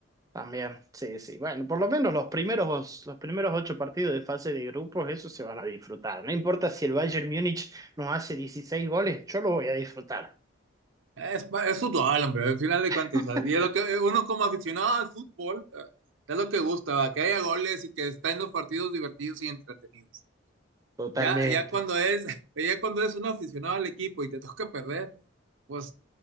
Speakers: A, on the right; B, on the right.
A: También, sí, sí. Bueno, por lo menos los primeros, los primeros ocho partidos de fase de grupos, eso se van a disfrutar. No importa si el Bayern Múnich nos hace 16 goles, yo lo voy a disfrutar.
B: Es, pa- es fútbol, hombre, al final de cuentas.
A: <laughs>
B: o sea, y es lo que eh, uno como aficionado al fútbol, eh, es lo que gusta, ¿va? Que haya goles y que estén los partidos divertidos y entretenidos.
A: Totalmente.
B: Ya, ya cuando es, <laughs> ya cuando es un aficionado al equipo y te toca perder, pues